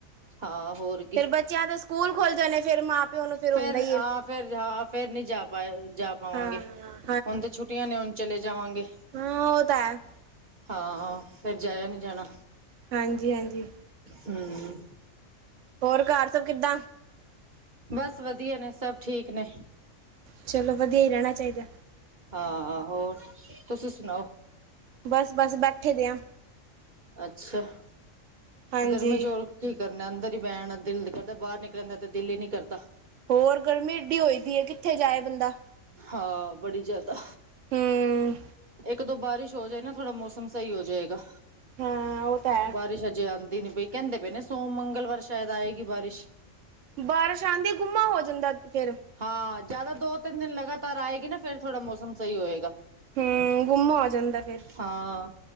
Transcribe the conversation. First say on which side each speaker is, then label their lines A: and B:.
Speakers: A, on the right; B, on the right.
A: ਹਾਂ ਹੋਰ। ਕੀ
B: ਫੇਰ ਬੱਚਿਆਂ ਦੇ ਸਕੂਲ ਖੁੱਲ ਜਾਣੇ ਫੇਰ ਮਾਂ ਪਿਓ ਨੂੰ ਫੇਰ
A: ਫਰ
B: ਹੁੰਦਾ ਹੀ ਏ।
A: ਆਹ ਫਿਰ ਹਾਂ ਫੇਰ ਨੀ ਜਾ ਪਾ ਜਾ ਪਾਵਾਂਗੇ
B: ਹਾਂ
A: ਹੁਣ ਤੇ ਛੁੱਟੀਆਂ ਨੇ ਹੁਣ। ਚਲੇ ਜਾਵਾਂਗੇ।
B: ਹਾ, ਓ ਤਾਂ ਹੈ।
A: ਹਾਂ, ਫਿਰ ਜਾਇਆ ਨੀ ਜਾਣਾ।
B: ਹਾਂਜੀ ਹਾਂਜੀ।
A: ਹੂੰ।
B: ਹੋਰ, ਘਰ ਸਭ ਕਿੱਦਾਂ?
A: ਬਸ, ਵਧੀਆ ਨੇ, ਸਭ ਠੀਕ ਨੇ।
B: ਚਲੋ, ਵਧੀਆ ਹੀ ਰਹਿਣਾ ਚਾਹੀਦਾ।
A: ਹਾਂ, ਹੋਰ ਤੁਸੀ ਸੁਣਾਓ?
B: ਬਸ, ਬਸ ਬੈਠੇ ਦੇ ਆ।
A: ਅੱਛਾ।
B: ਹਾਂਜੀ।
A: ਗਰਮੀ ਚ ਔਰ ਕੀ ਕਰਨਾ, ਅੰਦਰ ਹੀ ਬਹਿਣਣਾ ਦਿਲ ਕਰਦਾ, ਬਾਹਰ ਨਿਕਲਣ ਦਾ ਤੇ ਦਿਲ ਹੀ ਨੀ ਕਰਦਾ।
B: ਹੋਰ, ਗਰਮੀ ਏਡੀ ਹੋਈ ਪਈ ਹੈ, ਕਿੱਥੇ ਜਾਏ ਬੰਦਾ?
A: ਹਾਂ, ਬੜੀ ਜ਼ਿਆਦਾ।
B: ਹੂੰ।
A: ਇੱਕ, ਦੋ ਬਾਰਿਸ਼ ਹੋ ਜਾਏ ਨਾ ਥੋੜਾ ਮੌਸਮ ਸਹੀ ਹੋ ਜਾਏਗਾ।
B: ਹਾਂ ਉਹ ਤਾਂ ਹੈ
A: ਬਾਰਿਸ਼ ਅਜੇ ਆਉਂਦੀ ਨੀ ਪਈ, ਕਹਿੰਦੇ ਪਏ ਨੇ ਸੋਮ, ਮੰਗਲਵਾਰ ਸ਼ਾਇਦ ਆਏਗੀ ਬਾਰਿਸ਼।
B: ਬਾਰਿਸ਼ ਆਉਂਦੀ, ਗੁੰਮਾ ਹੋ ਜਾਂਦਾ ਫਿਰ।
A: ਹਾਂ, ਜਿਆਦਾ ਦੋ ਤਿੰਨ ਦਿਨ ਲਗਾਤਾਰ ਆਏਗੀ ਨਾ ਫੇਿਰ ਥੋੜਾ ਮੌਸਮ ਸਹੀ ਹੋਏਗਾ।
B: ਹੂੰ, ਗੁਮਾ ਹੋ ਜਾਂਦਾ ਫੇਰ।
A: ਹਾਂ,